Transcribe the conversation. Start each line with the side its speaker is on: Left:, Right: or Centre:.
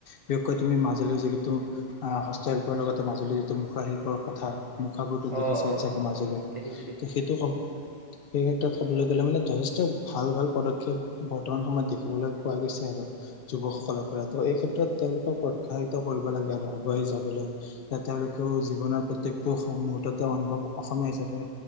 Left: বিশেষকৈ তুমি মাজুলীৰ যিটো আহ হস্তশিল্পৰ লগতে মাজুলীৰ যিটো মুখা শিল্পৰ কথা মুখাবোৰতো
Right: অ
Left: দেখি চাই
Right: অ
Left: চাগে
Right: অ
Left: মাজুলীৰ,
Right: দেখিছো দেখিছো
Left: ত সেইটো ক সেই ক'বলৈ গ'লে মানে যথেষ্ট ভাল ভাল পদক্ষেপ বৰ্তমান সময়ত দেখিবলৈ পোৱা গৈছে আৰু যুৱকসকলৰ পৰা, ত এই ক্ষেত্ৰত তেওঁলোকক উৎসাহিত কৰিব লাগে আৰু আগুৱাই যাবলৈ তেওঁলোকেও জীৱনৰ প্ৰত্যেকটো মুহূৰ্ততে অনুভৱ অসমীয়া হিচাপে